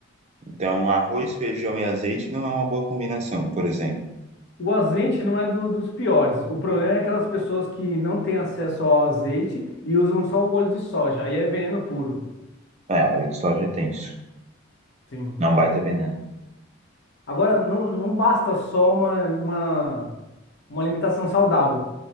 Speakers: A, on the right; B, on the left.
A: Então, arroz, feijão e azeite não é uma boa combinação, por exemplo.
B: O azeite não é do- dos piores. O problema é aquelas pessoas que não têm acesso ao azeite e usam só o óleo de soja. Aí é veneno puro.
A: É, óleo de soja é tenso.
B: Sim.
A: Não é um baita veneno.
B: Agora, não, não basta só uma, uma, uma alimentação saudável.